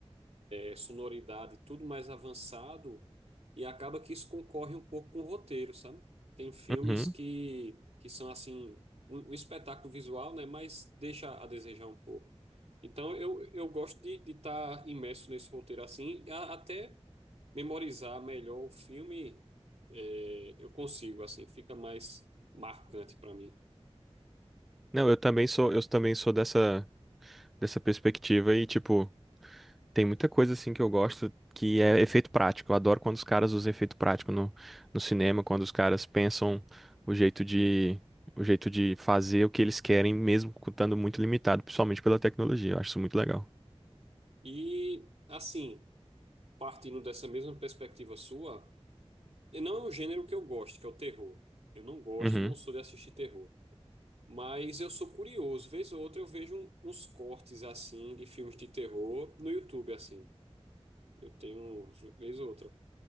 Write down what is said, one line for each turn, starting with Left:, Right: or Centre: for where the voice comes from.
Right: é, sonoridade, tudo mais avançado, e acaba que isso concorre um pouco com o roteiro, sabe? Tem filmes
Centre: Uhum.
Right: que, que são assim, um, um espetáculo visual, né? Mas deixa a desejar um pouco. Então eu, eu gosto de estar imerso nesse roteiro assim, e a- até memorizar melhor o filme, é, eu consigo, assim, fica mais marcante para mim.
Centre: Não, eu também sou, eu também sou dessa, dessa perspectiva e, tipo, tem muita coisa assim que eu gosto que é efeito prático. Eu adoro quando os caras usam efeito prático no, no cinema, quando os caras pensam o jeito de o jeito de fazer o que eles querem, mesmo estando muito limitado, principalmente pela tecnologia. Eu acho isso muito legal.
Right: E assim, partindo dessa mesma perspectiva sua. E Não é um gênero que eu gosto, que é o terror. Eu não gosto,
Centre: Uhum.
Right: não sou de assistir terror. Mas eu sou curioso, vez ou outra eu vejo um- uns cortes assim de filmes de terror no YouTube assim. Eu tenho vez ou outra.